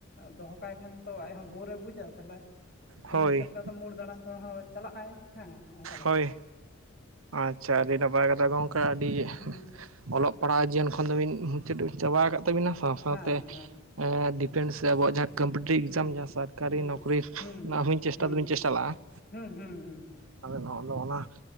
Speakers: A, on the left; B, on the right.
A: ᱫᱚᱦᱚ ᱠᱟᱭ ᱠᱷᱟᱱ ᱦᱚᱸᱛᱚ ᱟᱡᱦᱚᱸ ᱵᱳᱨ ᱮ ᱵᱩᱡᱟ, ᱛᱟᱦᱚᱞᱮ
B: ᱦᱳᱭ
A: ᱤᱱᱟᱹ ᱦᱤᱥᱟᱹᱵ ᱛᱮ ᱟᱫᱚ ᱢᱳᱲ ᱫᱟᱬᱟᱱ ᱠᱚᱦᱚᱸ ᱪᱟᱞᱟᱜ ᱟᱭ ᱦᱮᱸ ᱚᱱᱠᱟ ᱞᱮᱠᱟ
B: ᱦᱳᱭ
A: ᱾
B: ᱟᱪᱪᱷᱟ ᱟᱹᱰᱤ ᱱᱟᱯᱟᱭ ᱠᱟᱛᱷᱟ ᱜᱚᱝᱠᱮ ᱟᱹᱰᱤ
A: ᱦᱩᱸ
B: ᱚᱞᱚᱜ ᱯᱟᱲᱦᱟᱣ ᱡᱤᱭᱚᱱ ᱠᱷᱚᱱ ᱫᱚᱵᱤᱱ ᱢᱩᱪᱟᱹᱫ ᱪᱟᱵᱟ ᱟᱠᱟᱫ ᱛᱟᱹᱵᱤᱱᱟ ᱥᱟᱶ ᱥᱟᱶ
A: ᱦᱮᱸ
B: ᱛᱮ
A: ᱦᱮᱸ
B: ᱰᱤᱯᱮᱱᱥ ᱥᱮ ᱟᱵᱚᱣᱟᱜ ᱡᱟᱦᱟᱸ ᱠᱚᱢᱯᱤᱴᱨᱤᱵᱷ
A: ᱦᱩᱸ
B: ᱮᱠᱡᱟᱢ ᱡᱟᱦᱟᱸ ᱥᱚᱨᱠᱤ
A: ᱦᱩᱸ
B: ᱱᱚᱠᱨᱤ
A: ᱦᱩᱸ
B: ᱨᱮᱱᱟᱜ ᱦᱚᱸᱧ ᱪᱮᱥᱴᱟ
A: ᱦᱩᱸ
B: ᱫᱚᱵᱤᱱ ᱪᱮᱥᱴᱟ ᱞᱟᱜᱼᱟ ᱾
A: ᱦᱩᱸ ᱦᱩᱸ ᱦᱩᱸ ᱦᱩᱸ ᱾
B: ᱟᱫᱚ ᱱᱚᱜᱼᱚᱭ ᱱᱚᱜ-ᱚᱱᱟ